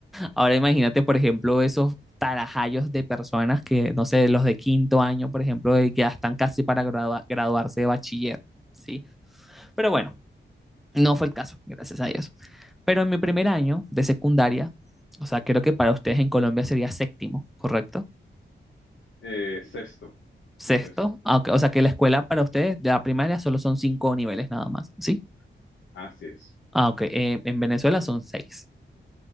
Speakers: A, in the centre; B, on the left.
A: Ahora imagínate, por ejemplo, esos tarajayos de personas que, no sé, los de quinto año, por ejemplo, de que ya están casi para gradua- graduarse de bachiller, ¿sí? Pero bueno, no fue el caso, gracias a Dios. Pero en mi primer año de secundaria, o sea, creo que para ustedes en Colombia sería séptimo, ¿correcto?
B: Eh, sexto,
A: Sexto,
B: sexto.
A: ah, ok, o sea que la escuela para ustedes de la primaria solo son cinco niveles nada más, ¿sí?
B: Así es.
A: Ah, ok, eh, en Venezuela son seis,